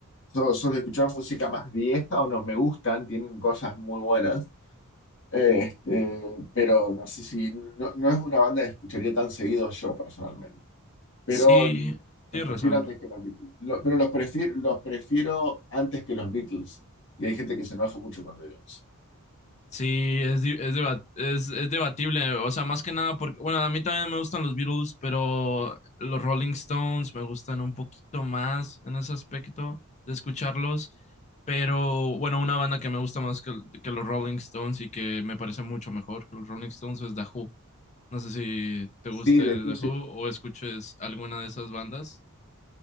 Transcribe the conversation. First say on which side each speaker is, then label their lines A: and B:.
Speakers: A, on the left (about 55°); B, on the left (about 30°).
A: So- Suelo escuchar música más vieja o no me gustan, tienen cosas muy buenas. Este, pero no sé si no, no es una banda que escucharía tan seguido yo personalmente. Pero
B: Sí, tienes
A: los prefiero
B: razón.
A: antes que los Beatles. Lo- pero los prefiero, los prefiero antes que los Beatles. Y hay gente que se enoja mucho cuando digo eso.
B: Sí, es, di- es, debat- es, es debatible, o sea, más que nada porque, bueno, a mí también me gustan los Beatles, pero los Rolling Stones me gustan un poquito más en ese aspecto de escucharlos, pero bueno, una banda que me gusta más que, que los Rolling Stones y que me parece mucho mejor que los Rolling Stones es The Who. No sé si te
A: Sí,
B: guste
A: después
B: The Who
A: sí.
B: o escuches alguna de esas bandas.